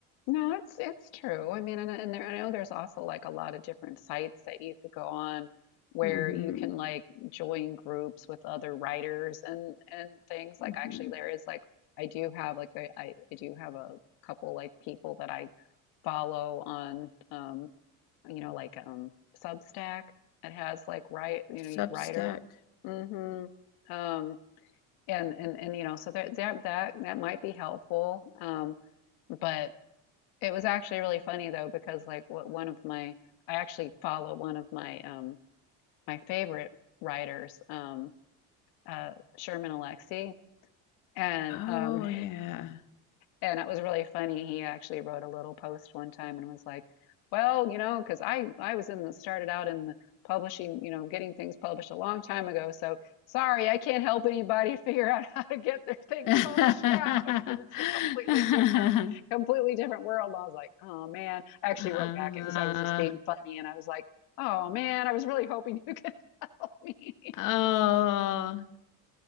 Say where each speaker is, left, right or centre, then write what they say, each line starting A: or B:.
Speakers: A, on the left (about 80°); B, on the left (about 60°).
A: No, it's it's true. I mean, and, and there, I know there's also like a lot of different sites that you could go on where
B: Mm-hmm.
A: you can like join groups with other writers and and things. Like
B: Mm-hmm.
A: actually, there is like I do have like I I I do have a couple like people that I follow on um you know like um Substack. It has like write you
B: Substack.
A: know you writer. hmm Um and and and you know so that that that that might be helpful. Um, but it was actually really funny though because like what one of my I actually follow one of my um my favorite writers um uh Sherman Alexie and
B: Oh,
A: um
B: yeah.
A: and that was really funny. He actually wrote a little post one time and was like, "Well, you know, because I I was in the started out in the publishing, you know, getting things published a long time ago. So sorry, I can't help anybody <laughs> figure out how to get their things
B: <laughs>
A: published now because it's a completely different, completely different world." And I was like, "Oh man," I actually
B: Uh,
A: wrote back. It was I was just being funny, and I was like, "Oh man, I was really hoping <laughs> you could help me."
B: oh,